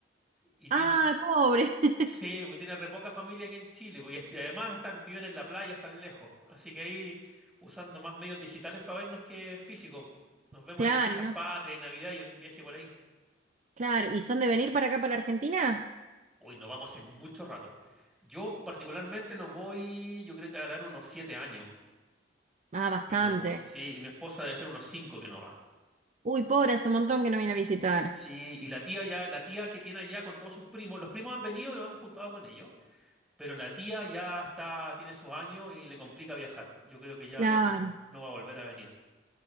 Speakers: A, in the centre; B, on the right.
A: Y tiene,
B: Ah, pobre. <laughs>
A: sí, pues tiene re poca familia aquí en Chile. Pues, y est- y además están, viven en la playa, están lejos. Así que ahí usando más medios digitales para vernos que físicos. Nos vemos
B: Claro,
A: en fiestas
B: y no,
A: patrias y Navidad y algún viaje por ahí.
B: claro. ¿Y son de venir para acá, para Argentina?
A: Uy, no vamos hace mucho rato. Yo particularmente no voy, yo creo que harán unos siete años
B: Ah, bastante.
A: que no voy. Sí, y mi esposa debe ser unos cinco que no va.
B: Uy, pobre, hace un montón que no viene a visitar.
A: Sí, y la tía ya, la tía que tiene allá con todos sus primos, los primos han venido y nos hemos juntado con ellos, pero la tía ya está, tiene sus años y le complica viajar. Yo creo que ya
B: Claro.
A: no, no va a volver a venir.